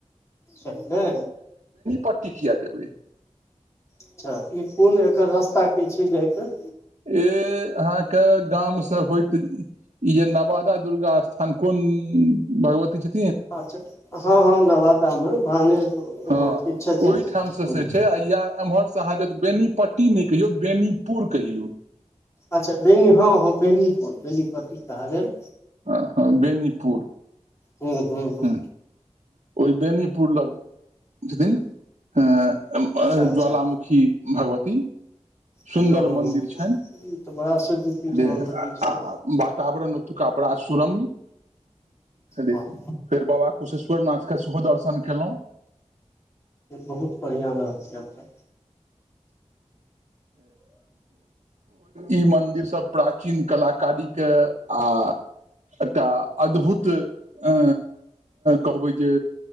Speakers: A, on the left; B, on the right.
A: छैन नै
B: पटटी किया जेबै
A: अच्छा ई कून एकर रास्ता की छै जाके
B: ए अहाँके गाम से होइत इजे नवादा दुर्गा स्थान कोन इ भगवती छथि
A: अच्छा हँ हँ नवादा मे भाने
B: हँ
A: किछ छथिन
B: ओहिठाम से
A: ह
B: से छै आ य एमहर सहाज बेनीपट्टी नहि कहियौ बेनीपुर कहियौ
A: अच्छा बेनी हँ हँ बेनीपुर बेनीपट्टी कहा गेल
B: आ हँ बेनीपुर
A: हू हू ह
B: हँ ओहि बेनीपुर लग छथिन अ
A: अच्छा अच्छा
B: ज्वालामुखी भागवती सुन्दर
A: तऽ ज्वालामुखी
B: मन्दिर छैन
A: ई तऽ बड़ा सिद्ध पीठ भगवती
B: बेर आ
A: छथि
B: आ वातावरण ओतुका परासुरम्य रे
A: वाह
B: फेर बाबा कुशेश्वर नाथ के सेहो दर्शन केलौ
A: बहुत बढ़िआँ रहल छै यात्रा
B: ई मंदिर सब प्रचीन कला कादिक आ एकटा अद्भुत अ कहबै जे